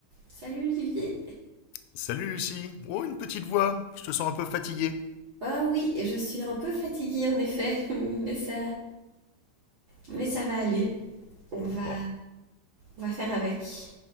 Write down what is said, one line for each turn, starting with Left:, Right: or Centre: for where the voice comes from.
Right: Salut Olivier.
Left: Salut Lucie. Oh, une petite voix. Je te sens un peu fatiguée.
Right: Ah oui, je suis un peu fatiguée en effet, <laughs> mais ça, mais ça va aller. On va,
Left: Bon,
Right: on va faire avec.